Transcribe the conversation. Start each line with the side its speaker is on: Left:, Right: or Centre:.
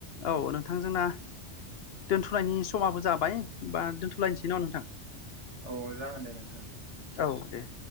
Left: औ नोंथां जोंना दोनथ'नायनि समाबो जाबाय बा दोनथ'लायनोसै नामा नोंथां
Right: औ जागोन दे नोंथां दे बिदिबा
Left: औ दे